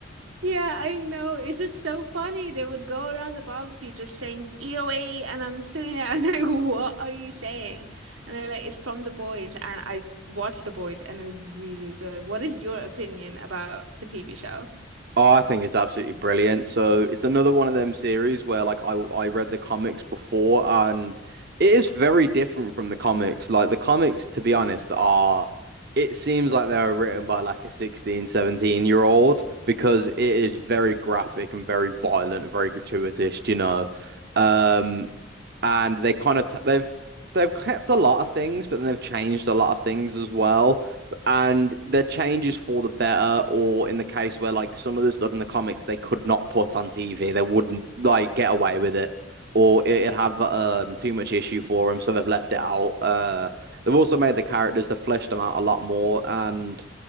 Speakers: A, on the right; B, on the right.
A: Yeah, I know. It's just so funny. They would go around the barbecue just saying EOE and I'm sitting there and <laughs> like, what are you saying? And they're like, it's from The Boys and I watched The Boys and it was really good. What is your opinion about the TV show?
B: Oh, I think it's absolutely brilliant. So it's another one of them series where like I I read the comics before and it is very different from the comics. Like the comics, to be honest, are it seems like they were written by like a 1617 year old because it is very graphic and very violent and very gratuitous, you know. Um and they kind of t they've they've kept a lot of things, but then they've changed a lot of things as well. And their changes for the better, or in the case where like some of the stuff in the comics they could not put on TV, they wouldn't like get away with it, or it- it'd have um, too much issue for them, so they've left it out. Uh, they've also made the characters, they've fleshed them out a lot more, and